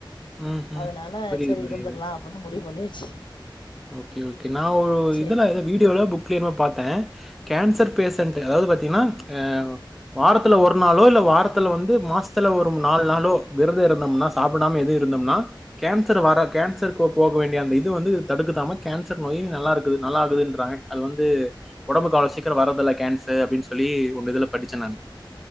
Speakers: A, in the centre; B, on the left (about 65°).
A: ம்ஹ்ம்.
B: அதனால
A: புரியுது,
B: சேரி
A: புரியுது.
B: இருந்துரலா அப்டின்னு முடிவு பண்ணியாச்சு
A: ஓகே ஓகே நா ஒரு
B: சேரி
A: இதுல ஏதோ வீடியோல புக் கிலினோ பாத்தே கேன்சர் பேசன்டு அதாவது பாத்தீங்னா ஆ வாரத்துல ஒரு நாளோ இல்ல வாரத்துல வந்து மாஸ்த்துல ஒரு நால் நாளோ விரத இருந்தோம்னா சாப்படாம எது இருந்தோம்னா கேன்சர் வர கேன்சரு போ வேண்டிய அந்த இது வந்து தடுக்குதாமா கேன்சர் நோயு நல்லாருக்குது நல்லா ஆகுதுன்றாங்க அது வந்து ஒடம்புக்கு அவ்ளோ சீக்கர வர்ரதில்ல கேன்சர் அப்டின் சொல்லி ஒங்க இதுல படிச்சே நானு